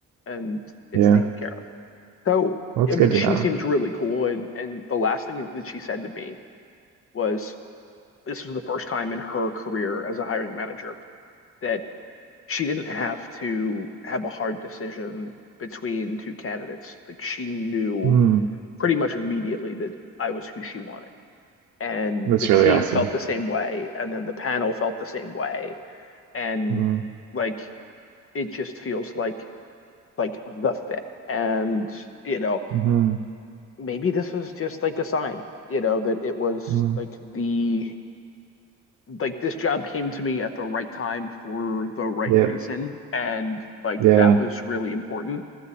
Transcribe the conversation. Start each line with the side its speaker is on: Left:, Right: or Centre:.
Left: and it's
Right: Yeah.
Left: taken care of. So,
Right: Well, that's
Left: I
Right: good
Left: mean, she
Right: to know.
Left: seems really cool, and and the last thing that she said to me was, this was the first time in her career as a hiring manager that she didn't have to have a hard decision between two candidates. Like she knew
Right: Hmm.
Left: pretty much immediately that I was who she wanted. And
Right: That's
Left: the team
Right: really awesome.
Left: felt the same way. And then the panel felt the same way. And
Right: Mm,
Left: like it just feels like like the fit. And, you know,
Right: hmm
Left: maybe this was just like a sign, you know, that it was
Right: mm,
Left: like the like this job came to me at the right time for the right
Right: yep.
Left: reason and like
Right: Yeah.
Left: that was really important